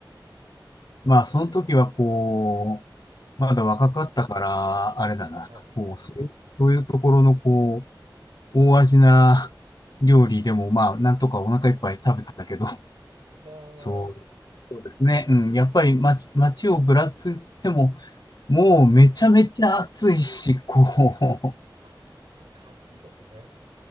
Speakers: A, on the left (about 55°); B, on the right (about 80°).
A: まあ、その時はこう、まだ若かったから、
B: <laughs> はい。
A: あれだな、
B: はい。
A: こう、そういう、そういうところのこう、大味な <laughs> 料理でも、まあ、なんとかお腹いっぱい食べてたけど、
B: はい。
A: <laughs>
B: なあ、
A: そう、そうですね。うん、やっぱり街、街をぶらついても、もうめちゃめちゃ暑いし、
B: はい。
A: こう、
B: あ、そっか、暑いんですね。